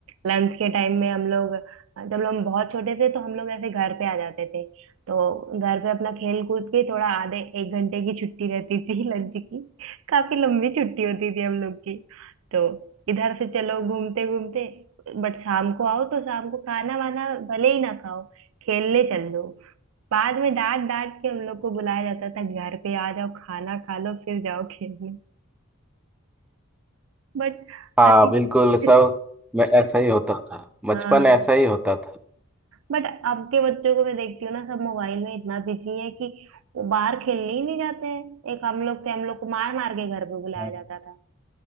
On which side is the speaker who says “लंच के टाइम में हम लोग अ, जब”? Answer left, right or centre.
Right